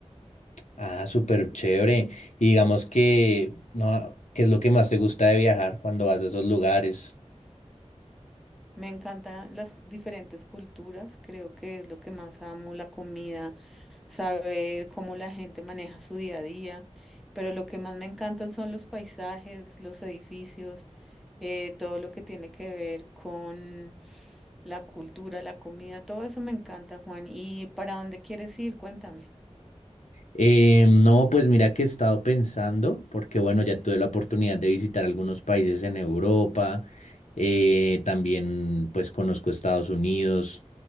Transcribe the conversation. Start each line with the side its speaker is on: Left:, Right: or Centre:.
Left: Ah, súper chévere. Y digamos que, no, ¿qué es lo que más te gusta de viajar cuando vas a esos lugares?
Centre: Me encantan las diferentes culturas, creo que es lo que más amo, la comida, saber cómo la gente maneja su día a día, pero lo que más me encantan son los paisajes, los edificios, eh, todo lo que tiene que ver con la cultura, la comida, todo eso me encanta, Juan. ¿Y para dónde quieres ir? Cuéntame.
Left: Eh, no, pues mira que he estado pensando, porque bueno, ya tuve la oportunidad de visitar algunos países en Europa, eh, también pues conozco Estados Unidos,